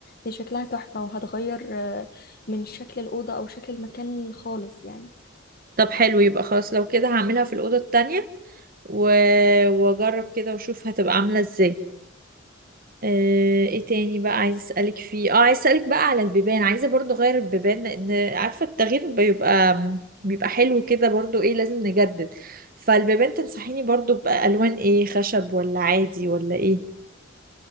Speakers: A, on the left (about 50°); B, on the right (about 45°).
A: هي شكلها تحفة وهتغير آه، من شكل الأوضة أو شكل المكان خالص يعني
B: طب حلو يبقى خلاص لو كده هعملها في الأوضة التانية و... واجرب كده واشوف هتبقى عاملة ازاي آه، ايه تاني بقى عايزه اسالك فيه اه عايزه اسالك بقى على البيبان عايزه برضو اغير البيبان لان عارفه التغيير بيبقى بيبقى حلو كده برضو ايه لازم نجدد فالبيبان تنصحيني برضو بالوان ايه خشب ولا عادي ولا ايه